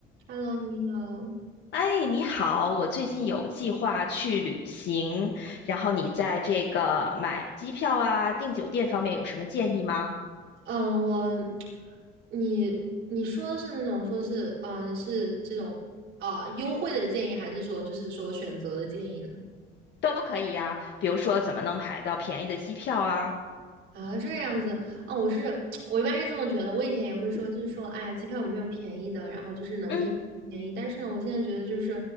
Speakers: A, on the right; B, on the left.
A: Hello，你好。
B: 哎，你好，我最近有计划去旅行，然后你在这个买机票啊、订酒店方面有什么建议吗？
A: 嗯，我，你你说的是那种说是，嗯，是这种啊、优惠的建议，还是说就是说选择的建议呢？
B: 都可以呀，比如说怎么能买到便宜的机票啊？
A: 啊，这样子啊，我是 <tsk> 我一般是这么觉得，我以前也会说，就是说，哎呀，机票有没有便宜的，然后就是能便宜不便宜。
B: 嗯，
A: 但是呢，我现在觉得就是，